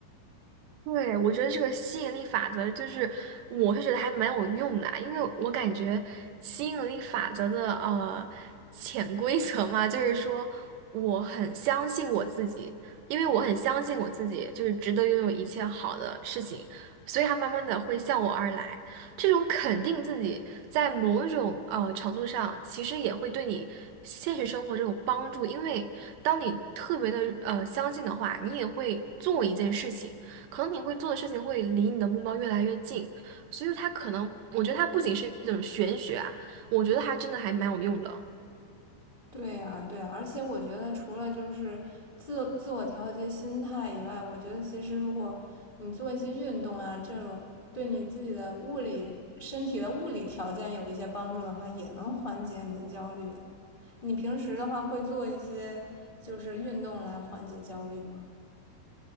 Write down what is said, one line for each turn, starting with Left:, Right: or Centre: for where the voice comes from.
Right: 对，我觉得这个吸引力法则就是，我是觉得还蛮有用的啊因为我感觉吸引力法则的呃潜规则嘛，就是说我很相信我自己，因为我很相信我自己就是值得拥有一切好的事情，所以它慢慢的会向我而来。这种肯定自己在某种呃程度上，其实也会对你现实生活这种帮助，因为当你特别的呃相信的话，你也会做一件事情。可能你会做的事情会离你的目标越来越近，所以它可能，我觉得它不仅是一种玄学啊，我觉得它真的还蛮有用的。
Left: 对呀，对呀，而且我觉得除了就是自自我调节心态以外，我觉得其实如果你做一些运动啊，这种对你自己的物理身体的物理条件有一些帮助的话，也能缓解你的焦虑。你平时的话会做一些就是运动来缓解焦虑吗？